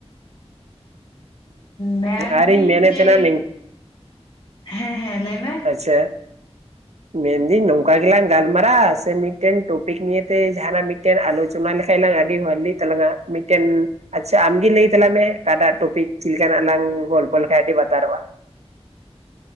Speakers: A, on the left; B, on the right.
A: ᱢᱮᱱᱫᱤᱧ
B: ᱟᱨᱤᱧ ᱢᱮᱱᱮᱫ
A: ᱡᱮ
B: ᱛᱟᱦᱮᱱᱟ
A: ᱦᱮᱸ ᱦᱮᱸ ᱞᱟᱹᱭ ᱢᱮ
B: ᱟᱪᱪᱷᱟ ᱢᱮᱱᱫᱟᱹᱧ ᱱᱚᱝᱠᱟ ᱜᱮᱞᱟᱝ ᱜᱟᱞᱢᱟᱨᱟ ᱥᱮ ᱢᱤᱫᱴᱮᱱ ᱴᱚᱯᱤᱠ ᱱᱤᱭᱮ ᱛᱮ ᱡᱟᱦᱟᱱᱟᱜᱮᱱ ᱢᱤᱫ ᱢᱤᱫᱴᱮᱱ ᱟᱞᱳᱪᱚᱱᱟ ᱞᱮᱠᱷᱟ ᱞᱝ ᱟᱹᱰᱤ ᱵᱷᱷᱟᱞᱤ ᱛᱟᱞᱟᱝᱟ ᱢᱤᱫᱴᱮᱱ ᱟᱪᱪᱷᱟ ᱟᱢᱜᱮ ᱞᱟᱹᱭ ᱛᱟᱝ ᱢᱮ ᱚᱠᱟᱴᱟᱜ ᱴᱚᱯᱤᱠ ᱪᱮᱫ ᱞᱮᱠᱟᱱᱟᱜ ᱞᱟᱝ ᱜᱚᱞᱯᱚ ᱞᱮᱠᱷᱟᱡ ᱟᱹᱰᱤ ᱵᱟᱛᱟᱨᱚᱜᱼᱟ᱾